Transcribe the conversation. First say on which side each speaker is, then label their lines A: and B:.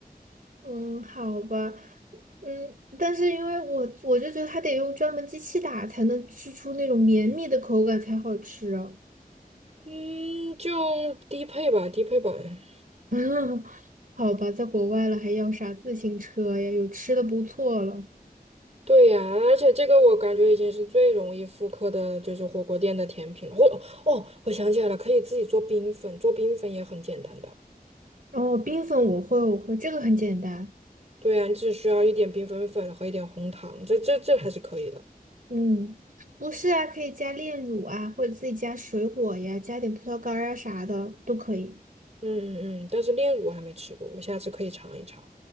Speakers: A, on the right; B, on the right.
A: 嗯，好吧，嗯，但是因为我我就觉得它得用专门机器打才能吃出那种绵密的口感才好吃啊。
B: 嗯，就低配吧，低配版。
A: <laughs> 好吧，在国外了还要啥自行车呀？有吃的不错了。
B: 对呀，而且这个我感觉已经是最容易复刻的，就是火锅店的甜品了。或哦，我想起来了，可以自己做冰粉，做冰粉也很简单的。
A: 然后冰粉我会，我会，这个很简单。
B: 对呀，你只需要一点冰粉粉和一点红糖，这这这还是可以的。
A: 嗯，不是啊，可以加炼乳啊，或者自己加水果呀，加点葡萄干儿啊啥的都可以。
B: 嗯嗯嗯，但是炼乳我还没吃过，我下次可以尝一尝。